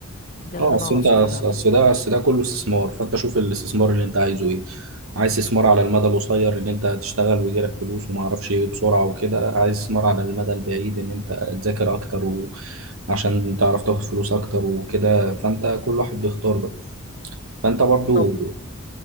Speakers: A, on the left (about 40°); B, on the right (about 85°).
A: ده اللي
B: اه اصل
A: انا
B: انت
A: اقصده يعني
B: اصل ده اصل ده كله استثمار فانت شوف الاستثمار اللي انت عايزه ايه عايز استثمار على المدى القصير ان انت تشتغل ويجي لك فلوس وما اعرفش ايه بسرعه وكده عايز استثمار على المدى البعيد ان انت تذاكر اكتر وعشان تعرف تاخد فلوس اكتر وكده فانت كل واحد بيختار بقى فانت برضو
A: طب